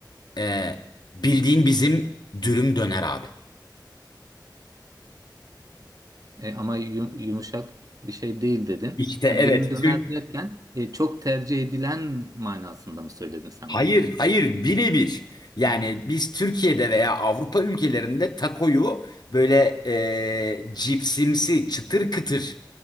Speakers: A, on the left; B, on the right.
A: e, bildiğin bizim dürüm döner abi.
B: E, ama yum- yumuşak bir şey değil dedin.
A: İşte evet
B: Ha, dürüm döner
A: Türk.
B: derken e, çok tercih edilen manasında mı söyledin sen
A: Hayır,
B: bunu?
A: hayır birebir. Yani biz Türkiye'de veya Avrupa ülkelerinde takoyu böyle e, cipsimsi, çıtır kıtır